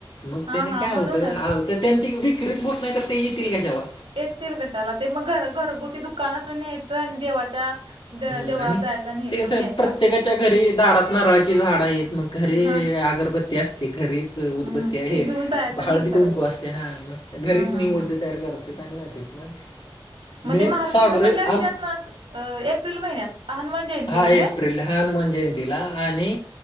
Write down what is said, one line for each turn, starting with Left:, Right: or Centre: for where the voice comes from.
Left: मग
Right: हा
Left: त्याने
Right: हा
Left: काय
Right: म्हणूनच
Left: होतं त्यांची विक्रीच होत नाही तर ते येतील कशाला.
Right: येतील कशाला ते मग घर घरगुती दुकानातून न्यायचं आणि देवाच्या द अ
Left: हम्म
Right: देवळात
Left: आणि
Right: जायचं. आणि हे
Left: ते
Right: करून यायचं
Left: प्रत्येकाच्या
Right: असं.
Left: घरी दारात नारळाची झाडं आहेत मग घरी
Right: हा
Left: अगरबत्ती अस घरीच उदबत्ती
Right: हम्म
Left: आहे
Right: ते घेऊन जायचं आणि
Left: हळदी
Right: हे करायचं
Left: कुंकू असते हा घरीच
Right: हा हा
Left: निवद
Right: हा
Left: तयार करत आणि जातेत मग.
Right: मग
Left: मेन
Right: ते मारुतीच
Left: सागर
Right: म्हणलं हज्यात
Left: आम
Right: नस एप्रिल महिन्यात हनुमान जयंतीला
Left: हा
Right: नव्हे
Left: एप्रिल हा हनुमान जयंतीला आणि